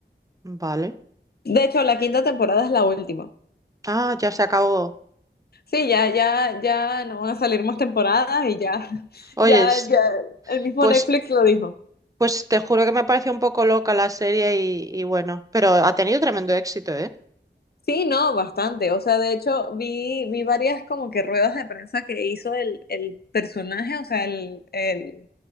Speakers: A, on the right (about 20°); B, on the left (about 60°).
A: Vale.
B: De hecho, la quinta temporada es la última.
A: Ah, ya se acabó.
B: Sí, ya, ya, ya no van a salir más temporadas y ya, <laughs>
A: Oye,
B: ya,
A: s-
B: ya, el mismo
A: pues,
B: Netflix lo dijo.
A: pues te juro que me pareció un poco loca la serie y, y bueno, pero ha tenido tremendo éxito, ¿eh?
B: Sí, no, bastante. O sea, de hecho, vi, vi varias como que ruedas de prensa que hizo el, el personaje, o sea, el, el,